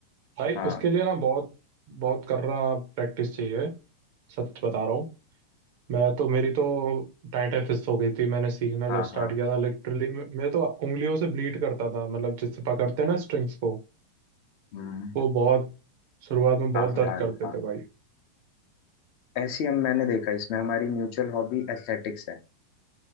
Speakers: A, on the right (about 50°); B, on the left (about 45°).
A: भाई
B: हाँ
A: उसके लिए ना बहुत बहुत कर रहा प्रैक्टिस चाहिए सच बता रहा हूँ मैं तो मेरी तो टाइट फिस्ट हो गई थी मैंने सीखना
B: हाँ
A: जब स्टार्ट
B: हाँ
A: किया था लिटरली मैं तो उंगलियों से ब्लीड करता था मतलब जिससे पकड़ते हैं ना स्ट्रिंग्स को
B: हम्म
A: वो बहुत शुरुआत में बहुत
B: काफी
A: दर्द
B: हार्ड
A: करते
B: था
A: थे भाई
B: ऐसी हम मैंने देखा इसमें हमारी म्यूचुअल हॉबी एथलेटिक्स है